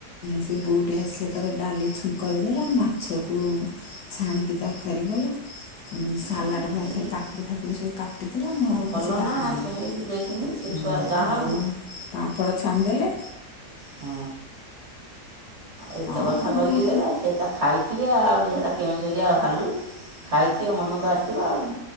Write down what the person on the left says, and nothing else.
ସେ ବୋଉଟି ଆସିଲେ ତାର ଡାଲି ଛୁଙ୍କ ହେଇଗଲା ମାଛକୁ ଛାଣିକି ତରକାରୀ ଗଲା ସାଲାଡ଼
ପାଇଁ ଖାଲି କାକୁଡ଼ି ଫାକୁଡ଼ି ସବୁ କା କାଟିଥିଲା ମୁଁ
ଆଉ
କିଛି କାଟିଦେଲି
ହୁଁ
ଆଉ ପାମ୍ପଡ଼ ଛାତିଦେଲେ।
ହଁ
ସେ
ବୋଉଟି